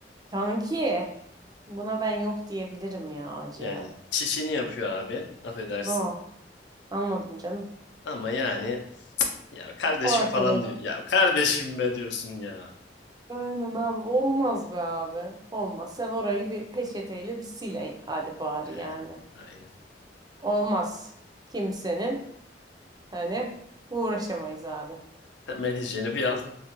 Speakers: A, on the right; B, on the left.
A: Kanki buna ben yok diyebilirim ya acıya.
B: Yani çişini yapıyor abi. Affedersin.
A: No anladım canım.
B: Ama yani ya kardeşim
A: Ortaladım.
B: falan diyor. Ya kardeşim be diyorsun ya.
A: Aynen abi olmaz be abi. Olmaz. Sen orayı bir peçeteyle bir sil e- hadi bari
B: Yani
A: yani.
B: aynen.
A: Olmaz. Kimsenin hani uğraşamayız abi.
B: Temel hijyeni bir alın.